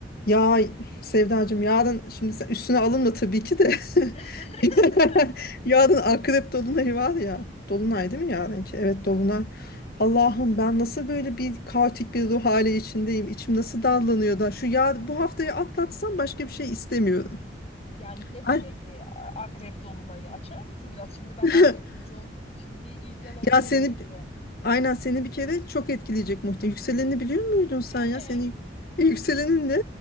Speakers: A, on the left; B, on the left.
A: Ya Sevdacığım yarın şimdi sen üstüne alınma tabii ki de.
B: <laughs>
A: <laughs> Yarın akrep dolunayı var ya. Dolunay değil mi yarınki? Evet dolunay. Allah'ım ben nasıl böyle bir kaotik bir ruh hali içindeyim. İçim nasıl dallanıyor da. Şu ya bu haftayı atlatsam başka bir şey istemiyorum.
B: Yani ne
A: Ay,
B: demek
A: <clears throat>
B: e, akrep dolunayı? Açar mısın biraz? Şimdi ben
A: <laughs>
B: akrep burcu olduğum için bir ilgi alanıma
A: Ya seni
B: girdi.
A: aynen seni bir kere çok etkileyecek muhtemelen. Yükselenini biliyor muydun sen
B: Deme.
A: ya? Seni e, yükselenin ne?